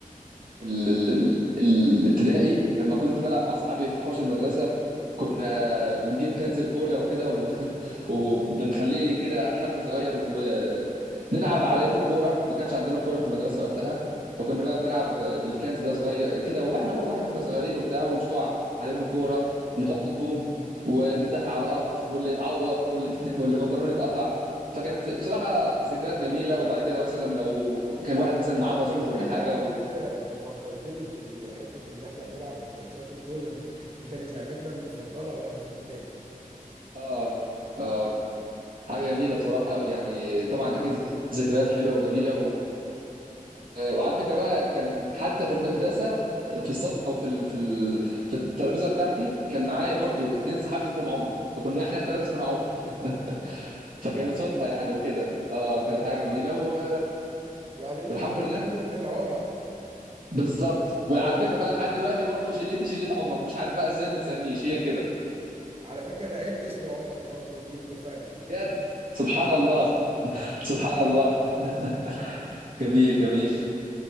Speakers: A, on the right (about 70°); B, on the right (about 40°).
A: ال- ال- ال- الابتدائي لما كنت بلعب مع اصحابي في حوش المدرسه كنا بنجيب كنز الكولا وكده <laughs> وبنخليه كده حجمه صغير ونلعب على انه كوره ما كانش عندنا كوره في المدرسه وقتها فكنا بقى بنلعب بالكنز ده صغير كده واحنا واحنا كنا صغيرين وبتاع ونشوطه ع- على انه كوره نحط طوب ونتزحلق على الارض واللي يتعور واللي <laughs> واللي بنطلونه يتقطع فكانت ز- بصراحه ذكريات جميله وبعد كده مثلا لو كان واحد مثلا معاه
B: أنت فكرتني
A: مصروف ولا حاجه
B: على
A: و...
B: فكره انت فكرتني بالحته ان احنا بنلعب بالكنزات الكوره دي دي كانت لعبتنا المفضله واحنا في ابتدائي
A: اه اه حاجه جميله بصراحه قوي يعني طبعا اكيد ذكريات حلوه وجميله و... وعلى فكره بقى كان حتى في المدرسه في الصف او في ال... في ال... في الترابيزه بتاعتي كان معايا برضو اتنين صحابي اسمهم عمر فكنا احنا الثلاثه اسمنا عمر <laughs> فكانت صدفه يعني وكده اه كانت حاجه جميله
B: <laughs>
A: و...
B: يعني انتوا
A: والحمد
B: كنتوا
A: لله
B: شله العمر
A: بالظبط وعلى فكره بقى لحد دلوقتي برضو شلتي شلت عمر مش عارف بقى ازاي ما تسالنيش هي كده
B: على فكره انا ابني اسمه عمر برضه دي المفاجاه بقى
A: بجد سبحان الله سبحان الله <laughs> جميل جميل